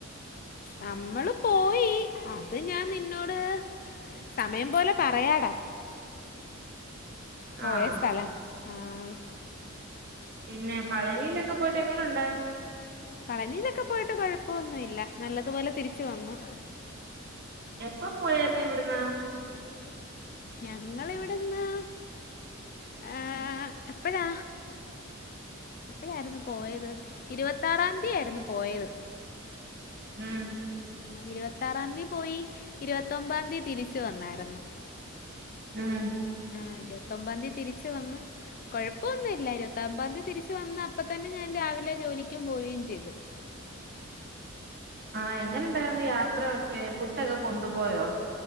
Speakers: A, on the left (about 40°); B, on the right (about 50°).
A: നമ്മള് പോയീ അത് ഞാൻ നിന്നോട് സമയം പോലെ പറയാടാ. പോയ
B: ആഹ്
A: സ്ഥലം. ആഹ്-
B: പിന്നെ പളനിയിലൊക്കെ പോയിട്ട് എങ്ങെനുണ്ട്?
A: പളനിയിലൊക്കെ പോയിട്ട് കൊഴപ്പൊന്നു ഇല്ല നല്ലതുപോലെ തിരിച്ച് വന്നു.
B: എപ്പൊ പോയായിരുന്ന് ഇവിട്ന്ന്?
A: ഞങ്ങളിവിട്ന്ന് ് എപ്പഴാ? എപ്പഴായിരുന്നു പോയത് ഇരുപത്താറാതീയായിരുന്നു പോയത്.
B: ം
A: ഇരുപത്താറാതി പോയി ഇരുപത്തൊമ്പാതീ തിരിച്ച് വന്നായിരുന്ന്.
B: ം
A: ആഹ് ഇരുപത്തൊമ്പാത്യാ തിരിച്ച് വന്ന്? കൊഴപ്പൊന്നു ഇല്ലാ ഇരുവത്തോമ്പാതി തിരിച്ച് വന്ന് അപ്പ തന്നെ ഞാൻ രാവിലെ ജോലിക്കും പോവെയും ചെയ്ത്.
B: ആഹ് എങ്ങനെ ഉണ്ടായിരുന്നു യാത്രയൊക്കെ ഫുഡ് ഒക്കെ കൊണ്ടുപോയോ?